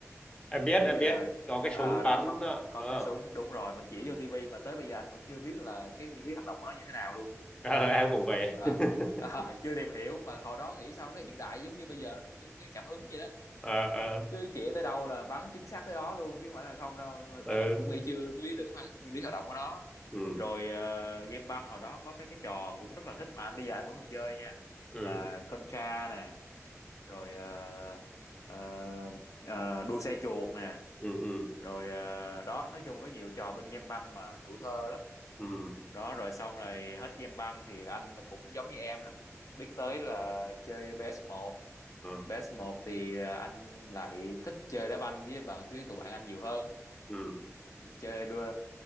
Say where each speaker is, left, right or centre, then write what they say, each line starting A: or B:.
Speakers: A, on the left; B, on the left.
A: em biết
B: kiểu
A: em
B: như
A: biết
B: là
A: có
B: ờ,
A: cái súng
B: ờ, đó
A: bắn
B: bắn
A: đó,
B: có
A: đúng
B: cái
A: không
B: súng đúng rồi mình chỉ
A: ừ.
B: vô
A: <laughs>
B: tivi mà tới bây giờ anh vẫn chưa biết là cái nguyên lý hoạt động của nó như thế nào luôn
A: Ờ, em cũng vậy
B: Ờ,
A: <laughs>
B: <laughs> ờ, chưa tìm hiểu mà hồi đó nghĩ sao nó hiện đại giống như bây giờ nó giống như cái cảm ứng vậy đó
A: ờ ờ
B: cứ chĩa tới đâu là bắn chính xác tới đó luôn chứ không phải là không đâu mình
A: ờ
B: là anh cũng nghĩ chưa biết được cái nguyên lý hoạt động của nó
A: ừ
B: rồi ờ, game băng hồi đó có mấy cái trò cũng rất là thích mà anh bây giờ anh vẫn còn chơi nha
A: ừ
B: là Contra nè rồi ờ, ờ, ờ, đua xe chuột nè
A: ừ ừ
B: rồi ờ, đó nói chung có nhiều trò bên game băng mà tuổi thơ lắm
A: ừ
B: đó rồi xong rồi hết game băng thì anh là cũng giống như em là cũng biết tới là chơi ps một
A: ừ
B: Base một thì à, anh lại thích chơi đá banh với bạn với tụi bạn anh nhiều hơn
A: ừ
B: chơi đua